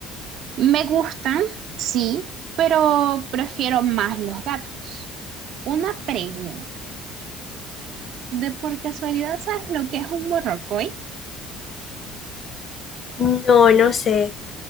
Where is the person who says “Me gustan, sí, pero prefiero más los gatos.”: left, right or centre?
Right